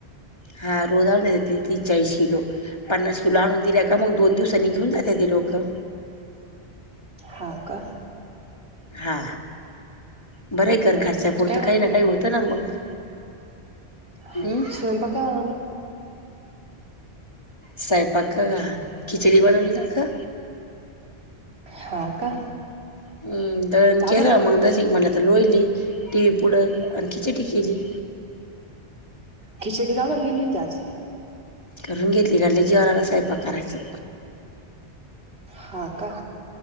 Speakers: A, on the left; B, on the right.
A: हा रोज आणून देतात ते तीस-चाळीस किलो. पन्नास किलो आणून दिल्या का मग दोन दिवसानी घेऊन जात्याती लोकं.
B: हा का.
A: हा बरं आहे खर खर्च्या
B: बर
A: पुुरतं
B: काय बनवलं
A: काही ना काही होतं ना मग.
B: हा
A: हम्म
B: स्वयंपाक काय बनवलं?
A: स्वयंपाक खिचडी बनवली ना गं.
B: हा का.
A: हम् दळन
B: का
A: केल
B: बर
A: मग आता लोळालीये. टी व्ही पुढं आणखी चिटी केली.
B: खिचडी का बरं केली होती आज.
A: करून घेतली कारण लई जीवावर आलयं स्वयंपाक करायचं.
B: हा का.